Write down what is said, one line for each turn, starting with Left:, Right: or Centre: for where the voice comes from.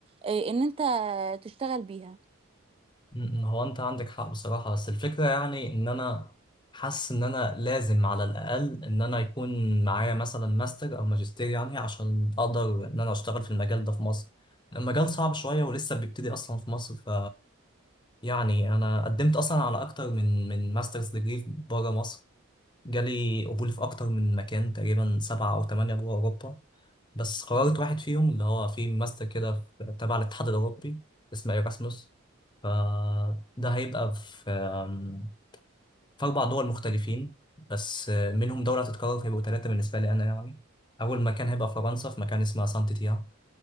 Right: إيه ان انت تشتغل بيها
Left: م- هو انت عندك حق بصراحة بس الفكرة يعني ان انا حاسس ان انا لازم على الاقل ان انا يكون معايا مثلا ماستر او ماجستير يعني عشان اقدر ان انا اشتغل في المجال ده في مصر المجال صعب شوية ولسه بيبتدي اصلا في مصر ف يعني انا قدمت اصلا على اكتر من من ماسترز ديجري بره مصر جالي قبول في أكتر من مكان تقريبا سبعة أو تمانية جوه أوروبا بس قررت واحد فيهم اللي هو في ماستر كده في- تبع الاتحاد الأوروبي اسمه إيراسموس فده هيبقى في آم، في أربع دول مختلفين بس آه، منهم دولة هتتكرر فيبقوا تلاتة بالنسبة لي أنا يعني أول مكان هيبقى فرنسا في مكان اسمه سانت تيا